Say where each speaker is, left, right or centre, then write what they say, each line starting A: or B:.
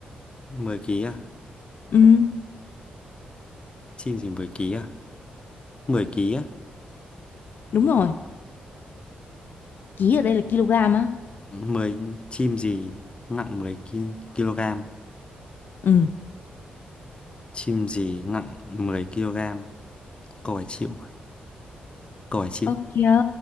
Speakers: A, on the left; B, on the left.
A: mười ký à
B: Ừ.
A: chim gì 10 ký à mười ký á
B: Đúng rồi, ký ở đây là kg á.
A: mười chim gì nặng mười ki- kg
B: Ừ.
A: Chim gì nặng 10 kg? Câu hỏi chịu. à? Câu hỏi chịu.
B: Ơ kìa,